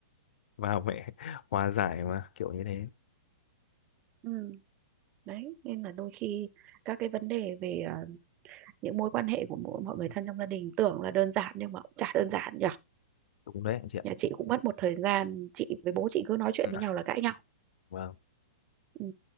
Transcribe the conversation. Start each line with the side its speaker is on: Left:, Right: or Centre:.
Left: vào mẹ <laughs> hòa giải mà kiểu như thế
Right: ừ đấy nên là đôi khi các cái vấn đề về à, những mối quan hệ của mỗi mọi người thân trong gia đình tưởng là đơn giản nhưng mà cũng chả đơn giản nhở
Left: đúng đấy anh chị ạ
Right: nhà chị cũng mất một thời gian chị với bố chị cứ nói chuyện
Left: Ừ.
Right: với nhau là cãi nhau
Left: vâng
Right: ừ.